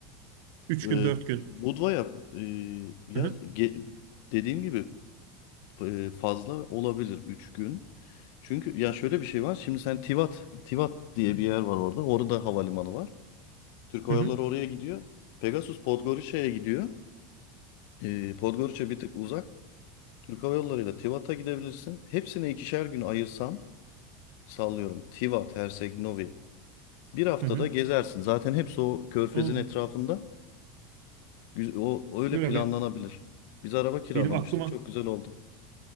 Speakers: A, on the right; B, on the left.
A: üç
B: e,
A: gün, 4 gün.
B: Budva'ya e, ya
A: Hı hı.
B: ge- dediğim gibi e, fazla olabilir 3 gün. Çünkü ya şöyle bir şey var. Şimdi sen Tivat Tivat diye bir yer var orada. Orada havalimanı var. Türk Hava
A: Hı hı.
B: Yolları oraya gidiyor. Pegasus Podgorica'ya gidiyor. Ee, Podgorica bir tık uzak. Türk Hava Yolları ile Tivat'a gidebilirsin. Hepsine ikişer gün ayırsan sallıyorum. Tivat, Herceg Novi. Bir haftada
A: Hı hı. hı.
B: gezersin. Zaten hepsi o körfezin
A: Oo.
B: etrafında. Güz- O öyle
A: Dur
B: planlanabilir.
A: abi.
B: Biz araba kiralamıştık.
A: Benim aklıma
B: Çok güzel oldu.